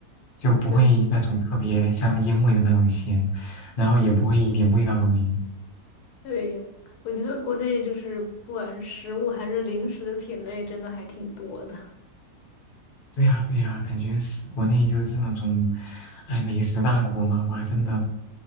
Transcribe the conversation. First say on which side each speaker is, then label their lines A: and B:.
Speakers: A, on the left; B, on the left.
A: 就不会那种特别像烟味的那种咸，
B: 对。
A: 然后也不会一点味道都没有。
B: 对，我觉得国内就是不管是食物还是零食的品类，真的还挺多的。
A: 对呀，对呀，感觉是国内就是那种，哎，美食大国嘛，哇，真的，